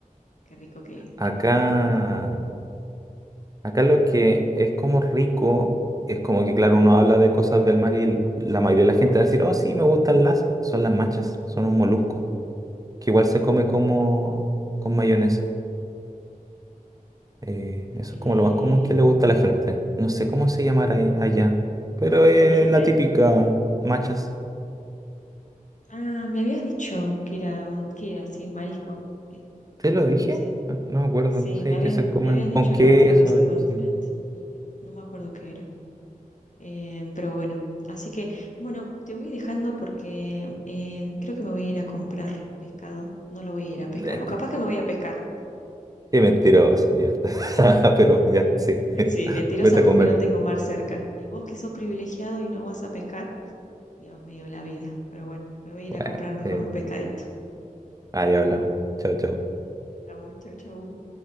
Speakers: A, on the left (about 55°); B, on the right (about 25°).
A: qué rico, qué,
B: Acá.
A: qué gana de comer.
B: Acá lo que es como rico es como que, claro, uno habla de cosas del mar y la mayoría de la gente va a decir, oh, sí, me gustan las, son las machas, son un molusco, que igual se come como con mayonesa. Eh, eso
A: Eh,
B: es como lo más común que le gusta a la gente. No sé cómo se llamará ahí- allá, pero
A: ¿cómo
B: es
A: dijiste?
B: la típica machas.
A: Ah, me habías dicho que era un, que era, sí, marisco. que-
B: ¿Te
A: ma-
B: lo dije?
A: no sé.
B: No no me acuerdo.
A: Sí,
B: Sí,
A: me habías,
B: que se comen
A: me habías
B: con
A: dicho
B: queso.
A: la otra vez algo
B: y cosas.
A: diferente. No me acuerdo qué era. Eh, pero bueno, así que, bueno, te voy dejando porque eh, creo que me voy a ir a comprar pescado. No lo voy a ir a pescar.
B: Eh,
A: O
B: Qué
A: capaz que me voy a pescar.
B: qué mentirosa, ya. <laughs> Pero ya, sí.
A: Sí,
B: <laughs>
A: mentirosa
B: Vete
A: porque
B: a comer.
A: no tengo mar cerca. Y vos que sos privilegiado y no vas a pescar, Dios mío, la vida. Pero bueno, me voy a
B: Bueno,
A: ir a comprar mejor
B: eh,
A: un pescadito.
B: Ahí hablamos. Chao, chao.
A: Vamos, chau, chau.